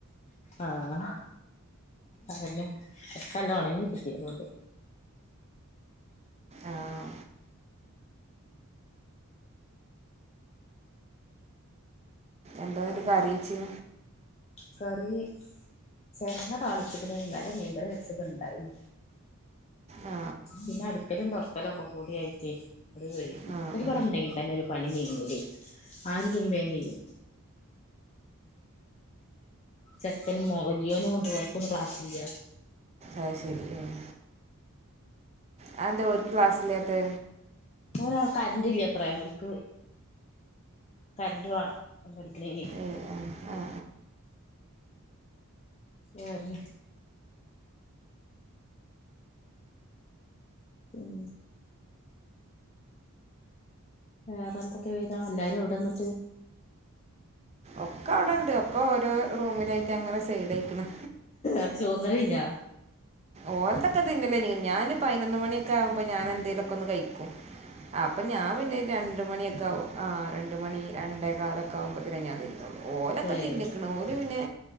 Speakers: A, on the left; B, on the right.
A: ആഹ് അതന്നെ നല്ല ഉണങ്ങി കിട്ടി അതുകൊണ്ട്.
B: ആഹ്. എന്താനിട്ട്
A: ആഹ്
B: കറിവെച്ച്.
A: കറി ചേരങ്ങ താളിച്ച്ക്ക്ണ് ഇന്നലെ മീൻ കറിവേച്ചത്ണ്ടായിനി.
B: ആ
A: പിന്നെ അടിക്കലും തൊടക്കലൊക്കെ ഒകെ കൂടിയായിട്ടേ. രം വൈകി
B: ആ
A: ഇവര്
B: ആ.
A: ഇവിടെ ഉണ്ടെങ്കിൽ തന്നെ ഒരു പണി നീങ്ങൂല്ലേ ആരും ഇല്ലെങ്കിൽ വേ കഴിയും. ചക്കന് മോകല്യനും ഉണ്ട് ഓന്ക്ക് ഇന്ന് ക്ലാസ്സില്ല.
B: അഹ് ശരി ആഹ് അഹന്തേ ഓർക്ക് ക്ലാസ് ഇലാത്തെ.
A: ഓനടെ കരണ്ട് ഇല്ല അത്രയാ ഓല്ക് കർന്റ് വേണം ഒന് പഠിക്കുണെ നെ.
B: ആഹ് ആഹ്.
A: ഞാർണ്. ഉം വേറെ എന്തൊക്കെ വരാ എല്ലാരും എവുടെന്നിട്ട്.
B: ഒക്കെ അവിടെണ്ട് ഒക്കെ ഓരോ റൂമിലായിട്ട് അങ്ങനെ സൈ ഡേയിക്ക്ണ്.
A: പ്പ ചോർന്നല് കഴിഞ്ഞോ?
B: ഓല്തൊക്കെ തിന്നല് കഴിഞ്ക്ക്ണ്. ഞാന് പതിനൊന്ന് മണിയൊക്കെ ആകുമോ ഞാൻ എന്തേലൊക്കെ ഒന്ന് കഴിക്കും. അപ്പൊ ഞാൻ പിന്നെ രണ്ട് മണിയൊക്കെ ആകും. ആ രണ്ട് മണി രണ്ടേ കാലോക്കെ ആകുമ്പോത്തനെ ഞാൻ ത്തി ഓലൊക്കെ
A: ഏഹ്
B: തിന്നിക്ക്ണ് ഓല് പിന്നെ